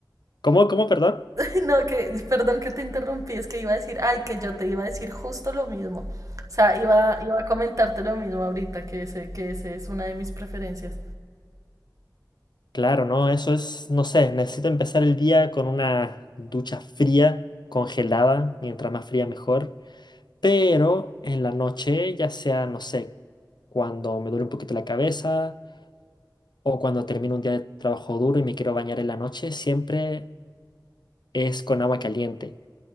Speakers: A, on the left; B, on the right.
A: ¿Cómo? ¿Cómo? Perdón.
B: <laughs> no, que, perdón que te interrumpí, es que iba a decir, ay, que yo te iba a decir justo lo mismo. O sea, iba, iba a comentarte lo mismo ahorita, que ese, que ese es una de mis preferencias.
A: Claro, no, eso es, no sé, necesito empezar el día con una ducha fría, congelada, mientras más fría mejor. Pero en la noche, ya sea, no sé, cuando me duele un poquito la cabeza o cuando termino un día de trabajo duro y me quiero bañar en la noche, siempre es con agua caliente.